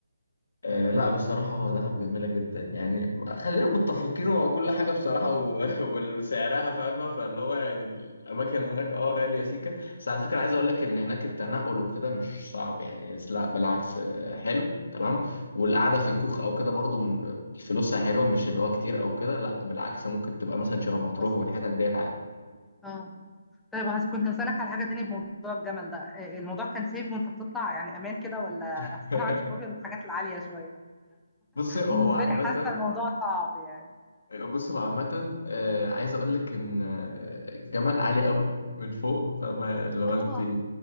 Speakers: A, on the left (about 70°); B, in the centre.
A: آه لا بصراحة هو دهب جميلة جدا يعني خلينا متفقين هو كل حاجة بصراحة و- <laughs> وسعرها فاهمة فاللي هو يعني الأماكن هناك اه غالية سيكة بس على فكرة عايز أقول لك إن هناك التنقل وكده مش صعب يعني لا بالعكس آه، حلو تمام والقعدة في الكوخ أو كده برضو من- فلوسها حلوة مش اللي هو كتير أو كده لا بالعكس ممكن تبقى مثلا شبه مطروح
B: بسيطة
A: والحتت ديت عادي
B: اه طيب هس- كنت هسألك على حاجة تاني بموضوع الجمل ده آه، آه، الموضوع كان سيف وانت بتطلع يعني امان كده ولا
A: <laughs>
B: <laughs> اصل انا عندي فوبيا من الحاجات العالية شوية
A: بص هو
B: بالنسبة
A: عامة
B: لي حاسة الموضوع صعب يعني
A: آه، بص هو عامة آه، عايز اقول لك ان آه، الجمال عالي قوي من فوق فما لو
B: اه
A: انت